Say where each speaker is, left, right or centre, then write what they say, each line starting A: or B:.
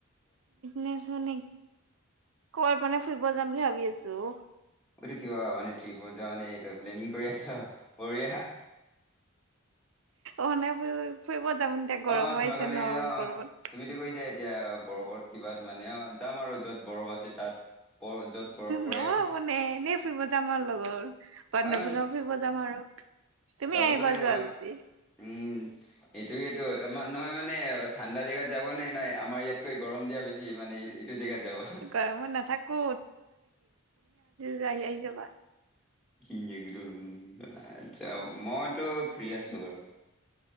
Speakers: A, on the right; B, in the centre.
A: নেছ মানে কৰাত মানে ফুৰিব যাম বুলি ভাবি আছো অ
B: এইটো কিবা মানে ট্ৰিপত যোৱা মানে এইটো প্লেনিং কৰি আছ বহিয়া
A: অহনে ফুৰি ফুৰিব যাম এতিয়া গৰমো
B: অ তোমাৰ
A: আহিছে
B: কাৰণে
A: ন
B: অ
A: গৰমত
B: তুমিতো কৈছা এতিয়া বৰফত কিবা মানে অ যাম আৰু য'ত বৰফ আছে তাত বৰ য'ত বৰফ পৰে
A: ন মানে ন এনেই ফুৰিব যাম আৰু লগৰ বান্ধৱীবিলাকো
B: আহ
A: ফুৰিব যাম আৰু তুমি
B: যাবতো
A: আহিবা
B: লাগিব
A: যোৱা
B: বাট
A: যদি।
B: উম এইটো ত নহয় মানে ঠাণ্ডা জেগাত যাব নে নহ আমাৰ ইয়াত গৰম দিয়া বেছি মানে এইটো জেগাত যাব।
A: গৰমত নাথাকো য আহি আহি যাবা
B: আচ্ছা মইতো ফ্ৰী আছো বাৰু